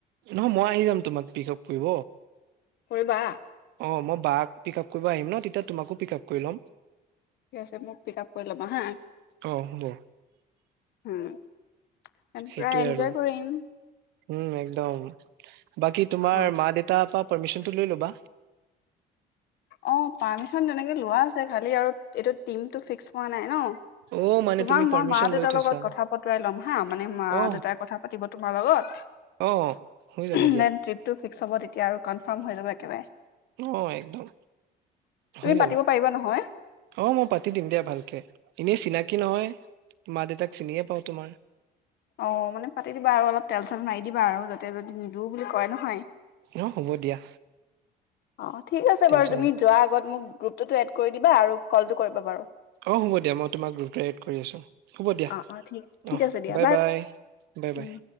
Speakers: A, on the right; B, on the left.
A: নহয় মই আহি যাম তোমাক পিক আপ কৰিব
B: কৰিবা
A: অ', মই বা পিক আপ কৰিব আহিম ন তেতিয়া তোমাকো পিক আপ কৰি ল'ম।
B: ঠিক আছে মোক পিক আপ কৰি ল'বা হা
A: অহ হ'ব।
B: হুম, আমি
A: সেইটোৱে
B: পুৰা এনজয়
A: আৰু
B: কৰিম
A: উম একদম। বাকী তোমাৰ
B: অ',
A: মা দেউতাৰ পা পাৰ্মিছনটো লৈ লবা
B: অ পাৰ্মিশন তেনেকে লোৱা আছে খালি আৰু এইটো টিমটো ফিক্স হোৱা নাই ন।
A: অ মানে
B: তোমাক
A: তুমি
B: মই
A: পাৰ্মিশন
B: মা দেউতাৰ
A: লৈ থৈছা
B: লগত কথা পতোৱাই ল'ম হা মানে মা
A: অ
B: দেউতাই কথা পাতিব তোমাৰ লগত
A: অ হৈ যাব দিয়া
B: দেন ট্ৰিপটো ফিক্স হব তেতিয়া আৰু কনফাৰ্ম হৈ যাব একেবাৰে।
A: অ একদম
B: তুমি
A: হৈ যাব
B: পাতিব পাৰিবা নহয়
A: অ মই পাতি দিম দিয়া ভালকে। এনেই চিনাকি নহয় মা দেউতাক চিনিয়ে পাওঁ তোমাৰ।
B: অ মানে পাতি দিবা আৰু অলপ তেল চল মাৰি দিবা আৰু যাতে যদি নিদো বুলি কয় নহয়
A: অ হ'ব দিয়া।
B: অ ঠিক আছে
A: টেনচন
B: বাৰু তুমি যোৱাৰ আগত মোক গ্ৰুপ টো এড কৰি দিবা আৰু কলটো কৰিব বাৰু
A: অ', হ'ব দিয়া মই তোমাক গ্ৰুপে এড কৰি আছো হ'ব দিয়া
B: অ অ ঠিক ঠিক
A: অ
B: আছে দিয়া
A: বাই বাই বাই।
B: উম